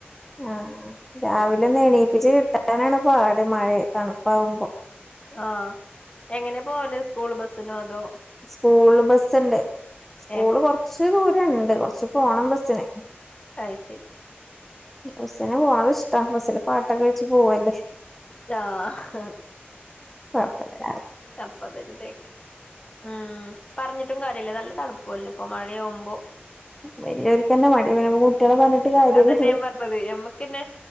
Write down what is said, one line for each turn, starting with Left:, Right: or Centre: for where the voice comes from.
Centre: ആഹ് രാവിലെ ഒന്ന് എണീപ്പിച്ച് കിട്ടാനാണ് പാട് മഴ തണുപ്പാവുമ്പോ.
Left: ആഹ് എങ്ങനെ പോവാല് സ്കൂൾ ബസ്സിനോ അതോ.
Centre: സ്കൂള് ബസ്സുണ്ട് സ്കൂള്
Left: ഏഹ്
Centre: കൊറച്ച് ദൂരം ഉണ്ട് കുറച്ച് പോണം ബസ് സ്സിന്.
Left: അത് ശെരി.
Centre: ബസ്സിന് പോണത് ഇഷ്ടാ ബസ്സില് പാട്ടൊക്കെ വെച്ച് പോവല്ലേ.
Left: ആഹ്.
Centre: കുഴപ്പല്ല
Left: അപ്പഴ്‌ത്തേക്ക് ഉം പറഞ്ഞിട്ടും കാ നല്ല തണുപ്പൂല്ലാ ഇപ്പൊ മഴയാവുമോ
Centre: വലിയർക്കനെ മടി <unintelligible> കാര്യല്ലല്ലോ
Left: അതെന്നെ ഞാൻ പറഞ്ഞത് ഞമ്മക്ക്ന്നെ